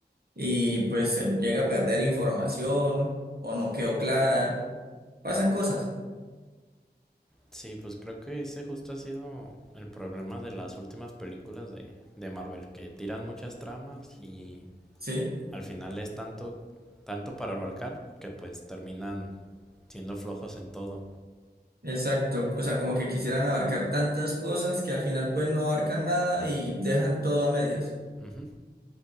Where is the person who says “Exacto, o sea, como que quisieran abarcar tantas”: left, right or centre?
Right